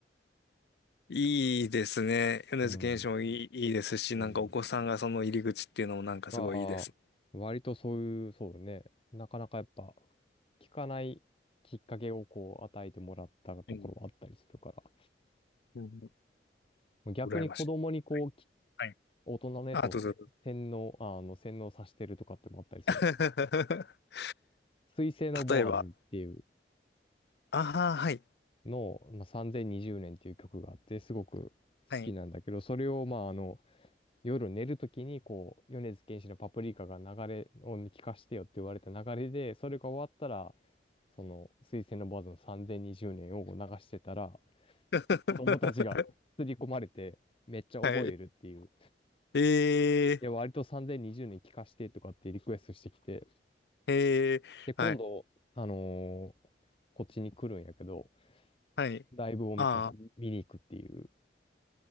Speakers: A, on the left; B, on the left.
A: いいですね。米津玄師もいい、
B: うん。
A: いいですし、
B: うん。
A: なんかお子さんがその入り口っていうのもなんかすごいいいです。
B: ああ、割とそういう、そうね。なかなかやっぱ、聞かないきっかけをこう与えてもらったところはあったりするか
A: うん。うん。
B: ら。逆に子供にこう、
A: 羨ましい。
B: き
A: はい。
B: 大人のやつをせ洗脳、
A: あ、どうぞどうぞ。
B: ああの、洗脳させてるとかってのもあったりするんやけど。
A: <laughs>
B: 水星のボアズっていう
A: 例えば、ああ、はい。
B: のを、まあ、3020年っていう曲があって、すごく好きなんだけど、
A: はい。
B: それを、まあ、あの、夜寝るときに、こう、米津玄師のパプリカが流れを聞かしてよって言われた流れで、それが終わったら、その、水星のボアズの3020年を流してたら、
A: <laughs>
B: 子供たちが刷り込まれて、めっちゃ覚えるっていう。
A: はい。
B: い
A: え
B: や、割と3020年聞かしてとかってリクエストしてきて、
A: ー、えー、
B: で、今度、
A: はい。
B: あのーこっちに来るんやけど、
A: はい。
B: ライブをちゃんと見に行くっていう。
A: ああ、